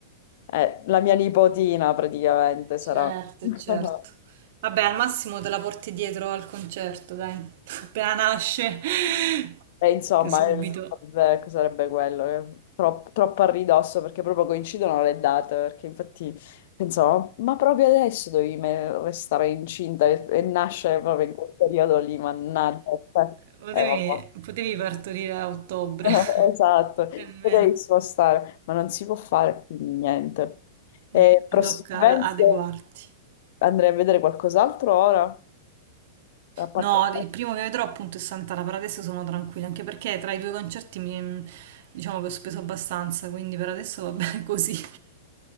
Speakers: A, on the left; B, on the right.
A: è la mia nipotina praticamente
B: Certo,
A: sarà. <laughs>
B: certo. Vabbè, al massimo te la porti dietro al concerto, dai. <laughs> Appena nasce, <laughs>
A: E insomma,
B: subito.
A: il- vabbè, che sarebbe quello? eh, tro- troppo a ridosso perché proprio coincidono le date, perché infatti pensavo, ma proprio adesso dovevi me- restare incinta e, e nascere proprio in quel periodo lì, mannaggia. cioè,
B: Potevi,
A: eh, vabbè.
B: potevi partorire a ottobre,
A: <laughs>
B: <laughs>
A: Esatto,
B: e almeno.
A: potevi spostare, ma non si può fare quindi niente. E
B: Niente,
A: prossimamente...
B: Ti tocca ad- adeguarti.
A: Andrei a vedere qualcos'altro ora, a parte
B: No,
A: questo.
B: il primo che vedrò appunto è Sant'Ala, per adesso sono tranquilla, anche perché tra i due concerti mi, diciamo che ho speso abbastanza, quindi per adesso va <laughs> bene così.